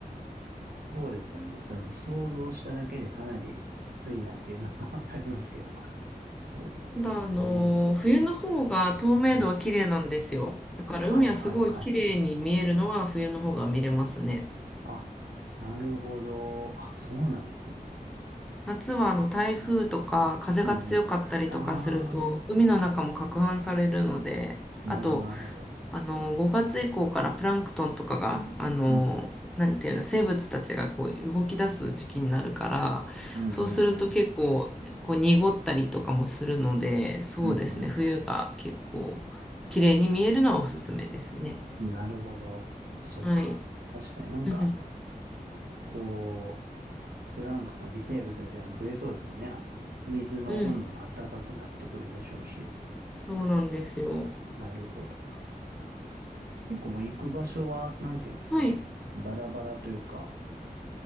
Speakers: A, on the right (about 85°); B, in the centre.
A: そうですよね。それも想像しただけでかなりきついなっていうのが <laughs> わかりますけど。そうですよね。
B: ただあの冬の方が透明度は綺麗なんですよだから海はすごい綺麗に見えるのは冬の方が見れますね
A: うん。はいはいはい。あ、なるほど。あ、そうなんですね。
B: 夏はあの台風とか風が強かったりとかすると海の中も攪拌されるので、
A: うんうん。あー、
B: あと
A: なるほどなるほど。
B: あの5月以降からプランクトンとかがあのなんていうの生物たちがこう動き出す時期になるから、
A: うんうん。うんうんうん。
B: そうすると結構こう濁ったりとかもするので、そうですね、
A: うん
B: 冬が結構綺麗に見えるのはおすすめですね。
A: うん。なるほど。そっか。
B: はい。
A: 確かになんか、
B: うん、
A: こう、プランクトン、微生物みたいなの増えそうですもんね。あ水の温度も暖かくなってくるでしょうし。
B: うんそうなんですよ。
A: なるほど。結構もう行く場所は、なんていうんですか、
B: はい
A: バラバラというか、